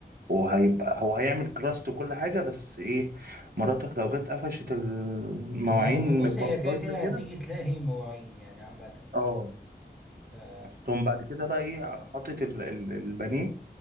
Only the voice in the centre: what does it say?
اه ما بص
هي
كده كده
هتيجي تلاقي مواعين يعني عامة
اه